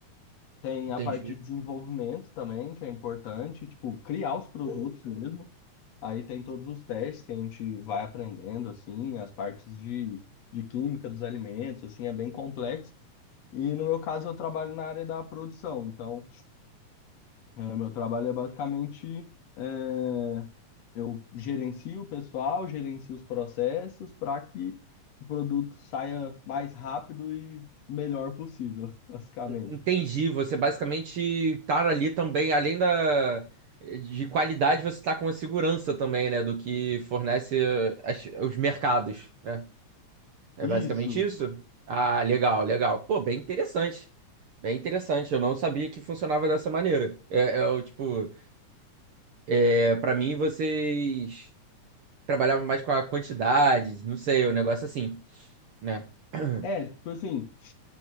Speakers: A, on the left; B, on the right.
A: Tem
B: Entendi.
A: a parte de desenvolvimento também, que é importante, tipo, criar os produtos mesmo. Aí tem todos os testes que a gente vai aprendendo, assim, as partes de, de química dos alimentos, assim, é bem complexo. E no meu caso, eu trabalho na área da produção. Então, é, meu trabalho é basicamente, é, eu gerencio o pessoal, gerencio os processos para que o produto saia mais rápido e melhor possível, <laughs> basicamente.
B: Entendi, você basicamente estar ali também, além da de qualidade, você está com a segurança também, né, do que fornece eh, as- os mercados, né? É
A: Isso.
B: basicamente isso? Ah, legal, legal. Pô, bem interessante. Bem interessante, eu não sabia que funcionava dessa maneira. É, é o tipo, é, para mim vocês trabalhavam mais com a quantidade, não sei, o negócio assim, né? <clears throat>
A: É, tipo assim.